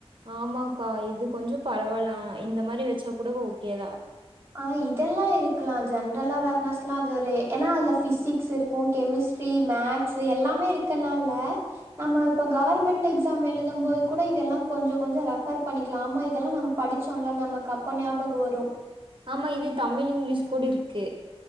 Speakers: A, on the right; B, on the right.
A: ஆமாக்கா இது கொஞ்சம் பரவால்ல இந்த மாரி வெச்சா கூட ஓகேதா
B: ஆஹ் இதெல்லா இருக்கலா ஜென் ட்ரல் அவேர்ணஸ்லா அது ஒரு ஏனா அதுல ஃபிசிக்ஸ் இருக்கு கெமிஸ்ட்ரி மேக்ஸு எல்லாமே இருக்கனால நம்ம இப்ப கவர்மெண்ட் எக்ஸாம் எழுதம் போது கூட இதெல்லா கொஞ்ச கொஞ்ச ரெஃபர் பண்ணிக்லா ஆமா இதெல்லா நம்ம படிச்சோல நமக்கு அப்ப ஞாபக வரு
A: ஆமா இது தமிழ் இங்லீஷ் கூட இருக்கு